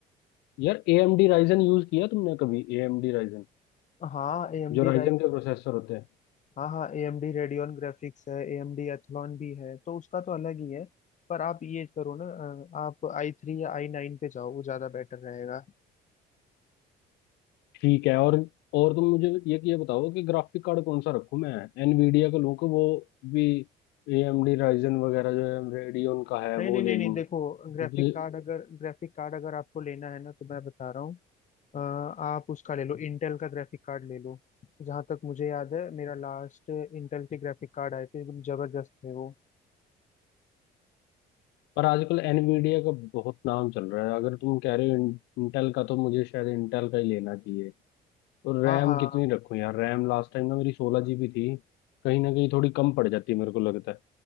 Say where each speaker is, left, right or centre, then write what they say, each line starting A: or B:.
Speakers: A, on the left (about 85°); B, on the left (about 45°).
A: यार A M D Ryzen use किया तुमने कभी ए एम डी राइजन
B: हाँ ए एम
A: जो
B: डी
A: राइजन के प्रोसेसर होते हैं
B: हाँ हाँ A M D Radeon graphics है ए एम डी एथलॉन भी है तो उसका तो अलग ही है पर आप ये करो ना अ, आप आई थ्री या आई नाइन पे जाओ वो ज्यादा बेटर रहेगा
A: ठीक है और और तुम मुझे ये ये बताओ कि ग्राफिक कार्ड कौन सा रखूं मैं एनवीडिया का लूं कि वो भी एएमडी राइजन वगैरह जो है रेडियन का है
B: नहीं
A: वो
B: नहीं
A: ले
B: नहीं
A: लूं
B: नहीं देखो
A: क्योंकि
B: ग्राफिक कार्ड अगर ग्राफिक कार्ड अगर आपको लेना है ना तो मैं बता रहा हूँ अ, आप उसका ले लो इंटेल का ग्राफिक कार्ड ले लो जहाँ तक मुझे याद है मेरा लास्ट इंटेल के ग्राफिक कार्ड आए थे एकदम जबरदस्त थे वो
A: पर आजकल एनवीडिया का बहुत नाम चल रहा है अगर तुम कह रहे हो इंटेल का तो मुझे शायद इंटेल का ही लेना चाहिए और
B: हाँ
A: रैम
B: हाँ
A: कितनी रखूं यार रैम लास्ट टाइम ना मेरी सोलह जीबी थी कहीं ना कहीं थोड़ी कम पड़ जाती है मेरे को लगता